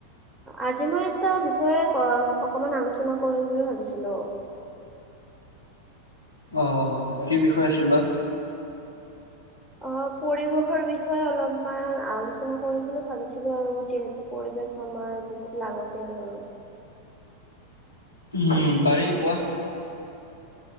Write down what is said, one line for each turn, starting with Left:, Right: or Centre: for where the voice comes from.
Centre: আজি মই এটা বিষয়ে অকমান আলোচনা কৰিম বুলি ভাবিছিলো।
Left: আহ কি বিষয় আছিল বা?
Centre: অ' পৰিবেশৰ বিষয়ে অলপমান আলোচনা কৰিম বুলি ভাবিছিলো আৰু যিহেতু পৰিৱেশ আমাৰ বহুত লাগতিয়াল আৰু।
Left: উম পাৰি কোৱা।